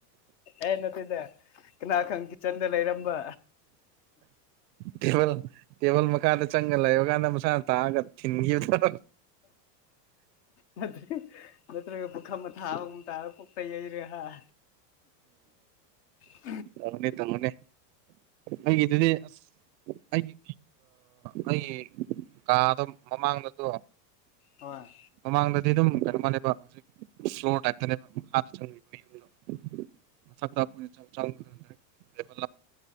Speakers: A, on the left (about 40°); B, on the right (about 85°).
A: ꯑꯦ ꯅꯗ ꯀꯅꯥ ꯈꯪꯈꯤ ꯆꯟꯗ ꯂꯩꯔꯝꯕ
B: ꯇꯦꯕꯜ ꯇꯦꯕꯜ ꯃꯈꯥꯗ ꯆꯪꯉꯒ ꯂꯩꯕ ꯀꯥꯟꯗ ꯃꯁꯥꯅ ꯇꯥꯛꯑꯒ ꯊꯤꯟꯈꯤꯕꯗ
A: ꯅꯠꯇ꯭ꯔ ꯅꯠꯇ꯭ꯔꯒ ꯄꯨꯈꯝ ꯑꯊꯥꯕꯨ ꯇꯥꯔ ꯀꯣꯛꯇ ꯌꯩꯔꯦ ꯍꯥꯏ <unintelligible>
B: ꯇꯪꯅꯤ ꯇꯝꯒꯅꯤ ꯑꯩꯒꯤꯗꯨꯗꯤ ꯑꯁ ꯑꯩꯒꯤ ꯑꯩ ꯀꯥꯗꯣ ꯃꯃꯥꯡꯗꯗꯣ
A: ꯑꯣꯏ
B: ꯃꯃꯥꯡꯗꯗꯤ ꯑꯗꯨꯝ ꯀꯩꯅꯣ ꯃꯥꯥꯟꯦꯕ ꯍꯧꯖꯤꯛ ꯁ꯭ꯂꯣꯔ ꯇꯥꯏꯞꯇꯅꯦꯕ ꯍꯥꯟꯗ ꯆꯪꯉꯕ ꯌꯨꯝꯗꯣ ꯃꯊꯛꯇ ꯑꯩꯈꯣꯏ ꯆꯪꯅ ꯂꯥꯟ ꯑꯣꯏꯕ